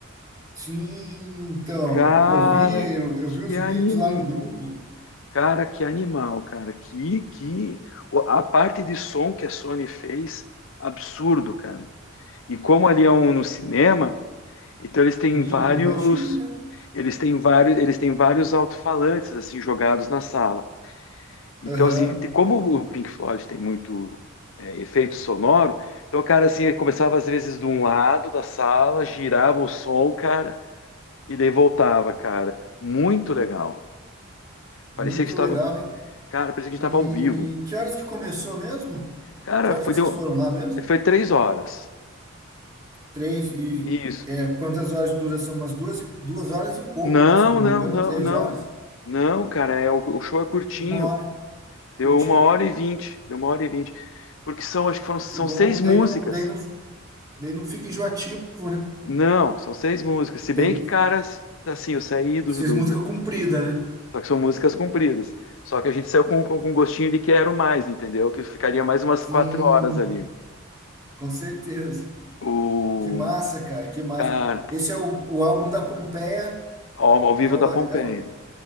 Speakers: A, on the right; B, on the left.
A: Sim, então,
B: Cara,
A: eu vi, eu, eu
B: que
A: vi os
B: anim...
A: vídeos lá no grupo.
B: cara, que animal, cara. Que que o- a parte de som que a Sony fez, absurdo, cara. E como ali é um no cinema, Então eles têm
A: Sim,
B: vários,
A: imagina, né?
B: eles têm vários, eles têm vários alto-falantes assim jogados na sala. Então
A: Aham,
B: assim, te- como o Pink Floyd tem muito é, efeito sonoro, então o cara assim começava às vezes de um lado da sala, girava o som, cara, e daí voltava, cara. Muito legal.
A: muito
B: Parecia que estava,
A: legal, hein?
B: cara, parecia que estava
A: E
B: ao vivo.
A: que horas que começou mesmo?
B: Cara,
A: Que horas
B: foi
A: que
B: deu,
A: vocês foram lá mesmo?
B: foi três horas.
A: Três e
B: Isso.
A: é, quantas horas de duração? Umas duas, e- duas horas e pouco,
B: Não,
A: né? Se eu não me
B: não,
A: engano,
B: não,
A: três
B: não.
A: horas,
B: Não, cara, é o o show é curtinho.
A: uma hora,
B: Deu
A: curtinho.
B: uma hora e vinte. Deu uma hora e vinte. Porque são,
A: Ah,
B: acho que foram, são
A: que bom.
B: seis
A: Daí
B: músicas.
A: não, daí não, daí não fica enjoativo, né?
B: Não, são seis músicas. Se bem
A: Daí
B: que, cara, assim, eu saí do,
A: Vocês
B: do,
A: música
B: do-
A: comprida, né?
B: Só que são músicas compridas. Só que a gente saiu com, com, com gostinho de quero mais, entendeu? Que ficaria mais umas
A: Sim,
B: quatro horas ali.
A: com certeza.
B: O.
A: Que massa, cara, que massa.
B: Cara,
A: Esse é o, o álbum da Pompeia.
B: ao, ao vivo
A: É o,
B: da Pompeia.
A: é o,